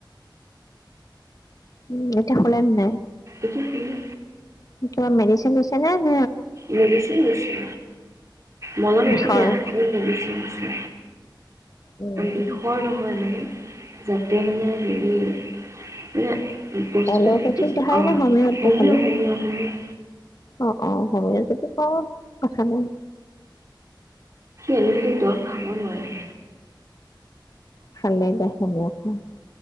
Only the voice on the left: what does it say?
উম এতিয়া শুলা নে নাই।
কিবা মেডিচিন দিছে নে ন।
বিষৰ
উম
এল'পেথিক দেখালি
নে হোমিঅ'ত
দেখালি
অ অ সময়ে যদি কওঁ, কথা নাই।
ভালেই দেহ হ'ব।